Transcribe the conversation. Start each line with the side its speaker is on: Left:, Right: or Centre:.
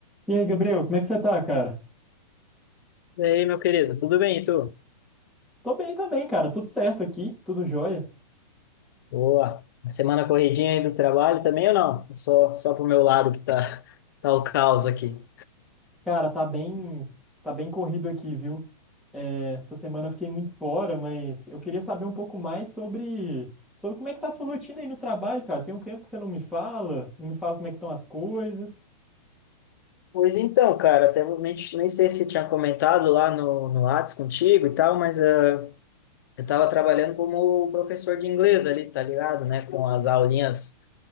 Centre: E aí, Gabriel, como é que você tá, cara?
Left: E aí, meu querido, tudo bem, e tu?
Centre: Tô bem também, cara. Tudo certo aqui, tudo jóia.
Left: Boa. A semana corridinha aí do trabalho também ou não? Só, só pro meu lado que tá, <laughs> tá o caos aqui.
Centre: Cara, tá bem, tá bem corrido aqui, viu? É, essa semana eu fiquei muito fora, mas eu queria saber um pouco mais sobre, sobre como é que tá a sua rotina aí no trabalho, cara. Tem um tempo que você não me fala, não me fala como é que estão as coisas.
Left: Pois então, cara, até vou- nem, nem sei se tinha comentado lá no, no Whats contigo e tal, mas ah, eu tava trabalhando como professor de inglês ali, tá ligado, né? Com as aulinhas